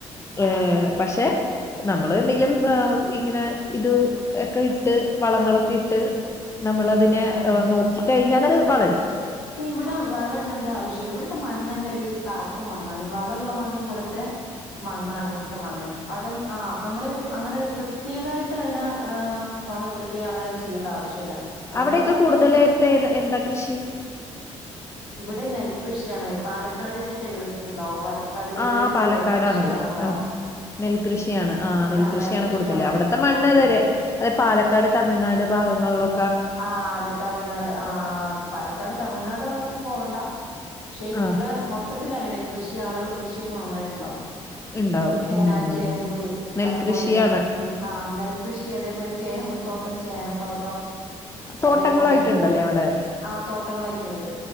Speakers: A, on the left; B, on the left.
A: ആഹ്
B: ഏഹ് പക്ഷെ നമ്മള് എന്തെങ്കിലും ഇങ്ങനെ ഇത് ഒക്കെ ഇട്ട് വളങ്ങളൊക്കെ ഇട്ട് നമ്മളതിനെ
A: ആഹ്
B: നോക്കിക്കഴിഞ്ഞാല് അത് വളരും
A: ഇവിടെ വളം ഇടേണ്ട ആവശ്യില്ല ഇവിടത്തെ മണ്ണന്നെ ഒരു കറുപ്പു മണ്ണാണ് ഈ വളള്ള മണ്ണ് പോലത്തെ മണ്ണാണ് ഇവട്ത്ത മണ്ണ് അവിടെ ആഹ് നമ്മള് അങ്ങനെ പ്രത്യേകായിട്ട് അയിനെ വളട്ടിട്ട് അങ്ങനെ ചെയ്യേണ്ട ആവശ്യല്ല നമ്മളിങ്ങനെ
B: അവിടെക്കെ കൂടുതല്ത്തെ
A: കുഴിച്ചിടുമ്പോ
B: എന്താ കൃഷി
A: ഇവിടെ നെൽകൃഷിയാണ് പാലക്കാട് ജില്ല കേട്ടിട്ടുണ്ടോ പാലക്കാട് ജില്ലയില്
B: ആഹ് പാലക്കാടാണല്ലേ
A: നെൽകൃഷിയാണല്ലോ
B: നെൽകൃഷിയാണ് ആ നെൽകൃഷിയാണ്
A: ആഹ് നെൽകൃഷിയാണല്ലോ
B: കൂടുതല് അവിടത്തെ
A: കൂടുതല്
B: മണ്ണ് തരെ അതെ പാലക്കാട് തമിഴ്നാട് ഭാഗങ്ങളിലൊ
A: ആഹ് അതെ തമിഴ്നാട് ആഹ് ആ ഭാത്ത്‌ പാലക്കാട് തമിഴ്നാട് ഭാഗത്ത്‌ക്ക് പോവണ്ടാ പക്ഷെ
B: ആ
A: ഇവിടെ മൊത്തത്തിൽ അങ്ങനെ കൃഷി ആളുകൾ കൃഷിയൊക്കെ നന്നായിട്ട് ഇണ്ടാക്കും
B: ഇണ്ടാവും
A: ചേനാ
B: ഉം
A: ചേമ്പ്
B: നെൽകൃഷിയാണ്
A: അതുപോലെ പിൻ ആ നെൽകൃഷി അതേപോലെ ചേമ്പും തോട്ടം ചേനത്തോട്ടം
B: തോട്ടങ്ങളായിട്ടുണ്ടല്ലേ
A: അതേപോലെ മറ്റേ
B: അവിടെ
A: ആ തോട്ടങ്ങളായിട്ടുണ്ട്